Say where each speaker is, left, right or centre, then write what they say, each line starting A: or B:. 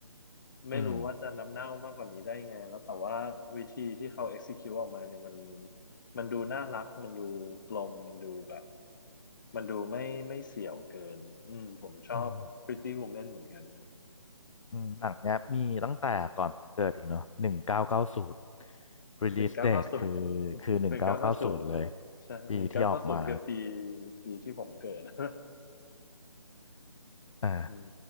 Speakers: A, on the left; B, on the left.
A: ไม่รู้ว่าจะน้ำเน่ามากกว่านี้ได้ยังไงแล้วแต่ว่าวิธีที่เขา
B: อืม
A: execute ออกมาเนี่ยมันมันดูน่ารักมันดูกลมมันดูแบบมันดูไม่ไม่เสี่ยวเกินอืมผมชอบ
B: อืม
A: Pretty Woman เหมือนกันครับ
B: อืมหนังเนี้ยมีตั้งแต่ก่อนผมเกิดอีกเนาะหนึ่งเก้าเก้าศูนย์ release
A: หนึ่งเก้าเก็
B: date คือ <laughs> คือหนึ่งเก้าเก้าศูนย์เลย
A: หนึ่งเก้าเก้าศูนย์ใช่หนึ่งเก้าเก้าศูนย์คือปี
B: ปีที่ออกมา
A: ปีที่ผมเกิด <laughs>
B: อ่า
A: อืม